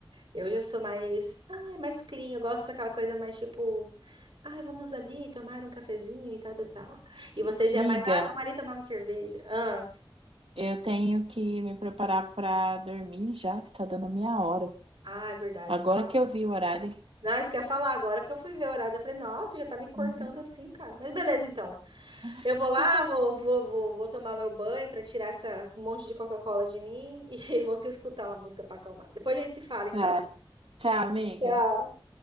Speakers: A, on the right; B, on the right.
A: Eu já sou mais, ai, mais clean, eu gosto daquela coisa mais tipo, ai, vamos ali tomar um cafezinho e tal, tal, tal. E você já
B: Miga,
A: é mais, ah, vamos ali tomar uma cerveja. Ah,
B: eu tenho que me preparar pra dormir já, está dando a minha hora.
A: ah, é verdade,
B: Agora
A: nossa.
B: que eu vi o horário.
A: Não, isso que eu ia falar agora que eu fui ver o horário, eu falei, nossa, já tá me cortando
B: Uhum.
A: assim, cara. Mas beleza, então. Eu
B: <laughs>
A: vou lá, vou, vou, vou, vou tomar meu banho para tirar essa um monte de Coca-Cola de mim e <laughs> vou escutar uma música para acalmar. Depois a gente se fala, então.
B: Tá, tchau, amiga.
A: Tchau.